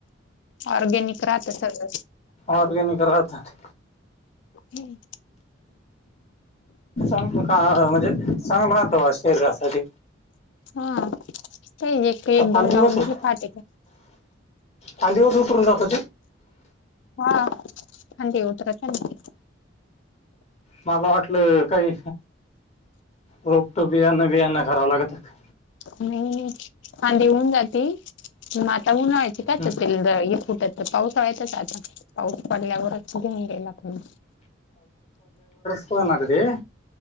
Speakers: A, on the left (about 65°); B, on the left (about 30°).
A: ऑर्गेनिक राहत सगळं.
B: ऑरगॅनिक राहात.
A: हम्म.
B: ांग का म्हणजे चांगल राह तो शरीरासाठी.
A: हा ते एक
B: का
A: एक
B: फांदीवरच
A: दोन लावून दिले फटे.
B: सांजवस उतरून जाते?
A: हा फांदी उतरत ना.
B: मला वाटलं काही रोप तो बिया नाही बियाना करावं लागत काय.
A: नाही फांदी होऊन जात. मा ता उनाळ्याच काय
B: हं.
A: च तेल ये फुटत. तर पाऊस आल्यावर आता पाऊस पडल्यावरच घेऊन गेईला आपण
B: णार ते